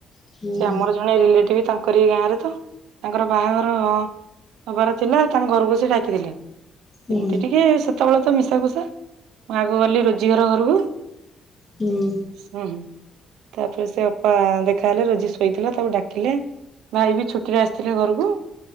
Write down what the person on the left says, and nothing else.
ହୁଁ
ହୁଁ
ହୁଁ